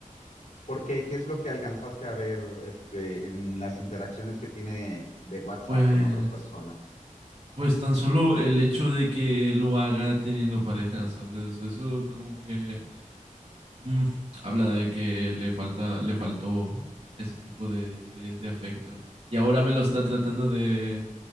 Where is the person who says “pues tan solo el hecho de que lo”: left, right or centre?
Right